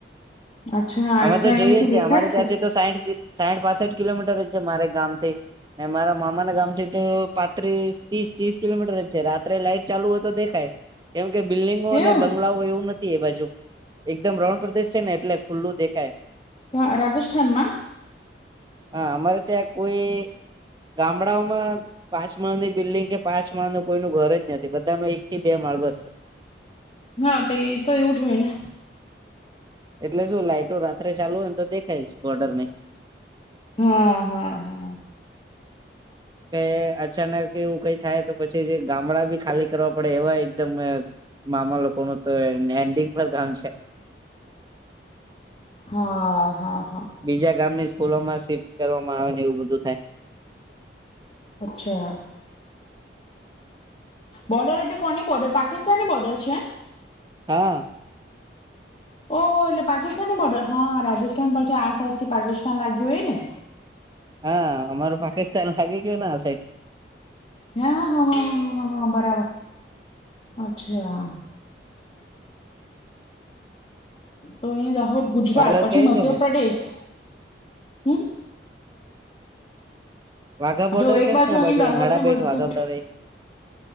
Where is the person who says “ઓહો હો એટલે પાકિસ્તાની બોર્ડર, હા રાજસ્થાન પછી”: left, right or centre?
Left